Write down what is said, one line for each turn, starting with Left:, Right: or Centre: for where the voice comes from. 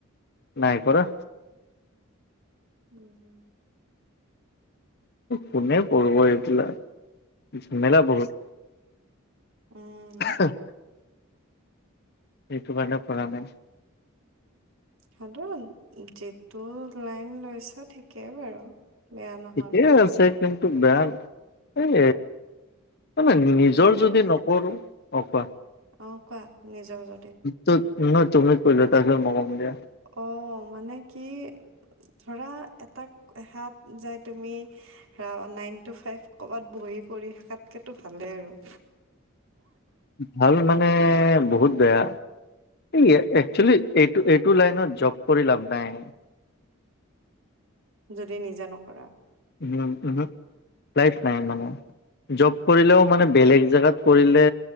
Left: নাই কৰা।
Right: উম, হুম।
Left: কোনে কৰিব এইবিলাক। ঝেমেলা বহুত
Right: উম।
Left: অ <unintelligible> এইটো কাৰণে কৰা নাই।
Right: হটো যিটো লাইন লৈছা ঠিকেই বাৰু। বেয়া নহয়।
Left: ঠিকেই আছে, কিন্তু বেয়া এই মানে নিজৰ
Right: মানে
Left: যদি নকৰোঁ, হক বা।
Right: অ, কোৱা নিজৰ যদি।
Left: ত, নহয় তুমি কৈ লোৱা তাৰপিছত মই কম দিয়া।
Right: অ, মানে কি ধৰা, এটাক হাত যাই তুমি আ, নাইন টু ফাইভ কৰবাত বহি কৰি থকাতকেতো ভালে আৰু।
Left: ভাল মানে বহুত বেয়া, এই একচোলি এ টো, এইটো লাইনত জব কৰি লাভ নাই।
Right: যদি নিজে নকৰা।
Left: ও, ওহো ফ্লাইট নাই মানে। জব কৰিলেও মানে, বেলেগ জেগাত কৰিলে